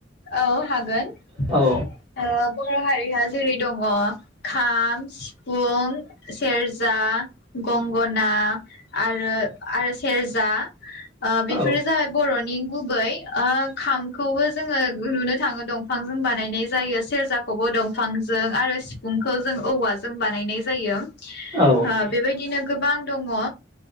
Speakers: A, on the left (about 60°); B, on the right (about 25°).
A: औ हागोन
B: औ
A: ओ बर' हारिया जेरै दङ खाम सिफुं सेरजा गंगना आरो आरो सेरजा ओ बेफोरो
B: औ
A: जाबाय बर'नि गुबै ओ खामखौबो जोङो नुनो नुनो थाङो दंफांजों बानायनाय जायो सेरजाखौबो दंफांजों आरो सिफुंखौ जों औवाजों बानायनाय जायो ओ
B: औ औ
A: बेबायदिनो गोबां दङ